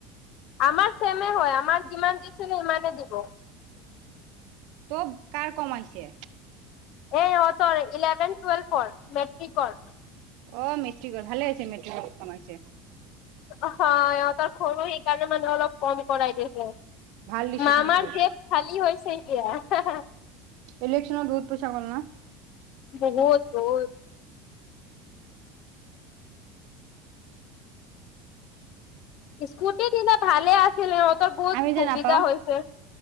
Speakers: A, on the left; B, on the right.
A: আমাৰ চেমে হয়। আমাক যিমান দিছিলে সিমানে দিব।
B: ত' কাৰ কমাইছে?
A: এ ইহঁতৰ ইলেভেন, টুৱেলভৰ, মেট্ৰিকৰ।
B: অ মেট্ৰিকৰ ভালে হৈছে, মেট্ৰিকৰ কমাইছে
A: অহ সিহঁতৰ ঘৰু, সেইকাৰণে মানে অলপ কম কৰাই দেখে।
B: ভাল ডিচিশন
A: মামাৰ
B: লৈছে
A: গেৱ খালী হৈছে এতিয়া। আহা, হা
B: ইলেকশ্যনত বহুত পইচা গ'ল না?
A: বহুত, বহুত। স্কুটি দিলে ভালে আছিলে বহুত
B: আমি
A: সুবিধা
B: জে নাপাওঁ।
A: হৈছে